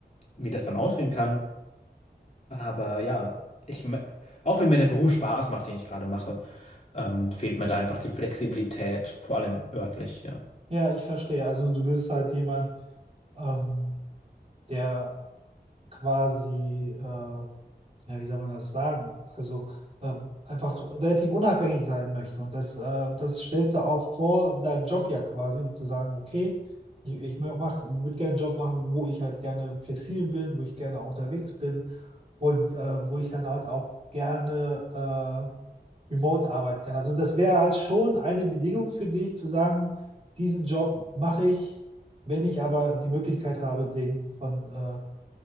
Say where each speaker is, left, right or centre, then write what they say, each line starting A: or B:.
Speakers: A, on the left; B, on the right.
A: wie das dann aussehen kann. Aber ja, ich, me- auch wenn mir der Beruf Spaß macht, den ich gerade mache, ähm, fehlt mir da einfach die Flexibilität, vor allem örtlich, ja.
B: ja, ich verstehe. Also du bist halt jemand, ähm, der quasi, äh, ja, wie soll man das sagen? Also ähm, einfach relativ unabhängig sein möchte. Und das, äh, und das stellst du auch vor deinem Job ja quasi und zu sagen, okay, ich, ich mach, würde gerne einen Job machen, wo ich halt gerne flexibel bin, wo ich gerne auch unterwegs bin und äh, wo ich dann halt auch gerne äh, remote arbeiten kann. Also das wäre halt schon eine Bedingung für dich, zu sagen, diesen Job mache ich, wenn ich aber die Möglichkeit habe, den von, äh,